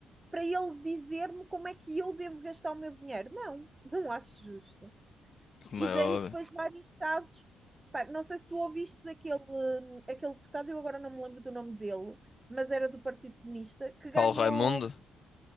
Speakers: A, on the right; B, on the left.
A: para ele dizer-me como é que eu devo gastar o meu dinheiro. Não, não acho justo.
B: Como
A: E
B: é
A: dei-lhe
B: óbvio.
A: depois vários casos. Pá, não sei se tu ouviste aquele, aquele deputado, eu agora não me lembro do nome dele, mas era do Partido Comunista, que ganhou.
B: Paulo Raimundo?